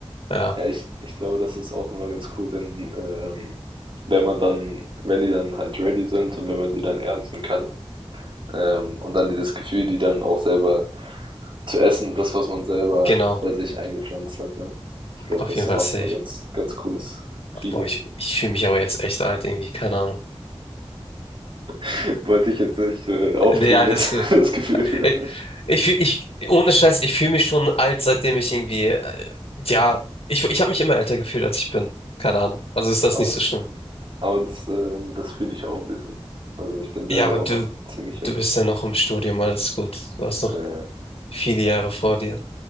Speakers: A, on the left (about 65°); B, on the right (about 55°).
A: ja,
B: Ja, ich, ich glaube, das ist auch immer ganz cool, wenn, ähm, wenn man dann, wenn die dann halt ready sind und wenn man die dann ernten kann. Ähm, und dann dieses Gefühl, die dann auch selber zu essen, das, was man selber
A: genau.
B: bei sich eingepflanzt hat, ne? Ich glaube,
A: Auf
B: das
A: jeden
B: ist dann
A: Fall safe.
B: auch immer ganz, ganz cooles Feeling.
A: Boah, ich, ich fühle mich aber jetzt echt alt irgendwie, keine Ahnung.
B: <laughs> Wollte ich jetzt nicht äh, aufbringen,
A: Nee, alles
B: das,
A: gut.
B: <laughs> das Gefühl.
A: Äh, Ich, fühl- ich, ohne Scheiß, ich fühle mich schon alt, seitdem ich irgendwie, äh, ja, ich, ich habe mich immer älter gefühlt, als ich bin. Keine Ahnung. Also ist das
B: Aber,
A: nicht so schlimm.
B: aber das, ähm, das fühle ich auch ein bisschen. Also ich bin selber
A: Ja, aber
B: auch
A: du,
B: noch ziemlich jung.
A: du bist ja noch im Studium, alles gut. Du hast noch
B: Äh,
A: viele Jahre vor dir.